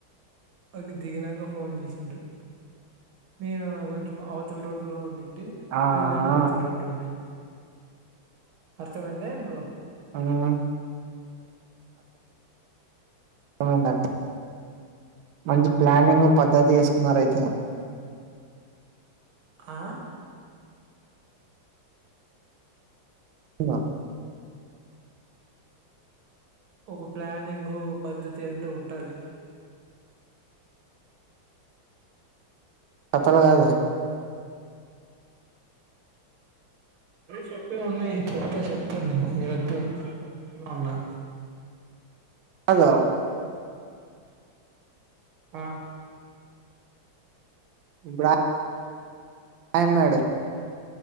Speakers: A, on the right; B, on the right.
A: అగుద్ దిగినాంక ఫోన్ చేసిండ్రి నేను కొంచెం అవతల రోడ్ లో ఉన్నిన్ టి
B: ఆహా
A: వీలేమో ఇవతల రోడ్ లో ఉండిన్ అర్థమయ్యిందా ఇప్పుడు
B: మ్మ్ రెండోదల్ మంచి ప్లానింగ్ పద్ధతిసు కున్నారు అయితే
A: ఆ
B: ఇంగా
A: ఒక ప్లానింగ్ ఒక పద్ధతి అంటూ ఉంటది
B: పతలు కాదే
A: చెప్తా చెప్తా ఉన్నాయి ఈడ వద్దు ఇంట్లో ఉన్నా
B: కాదు
A: ఆ
B: ఇప్పుడా హాయ్ అన్నాడు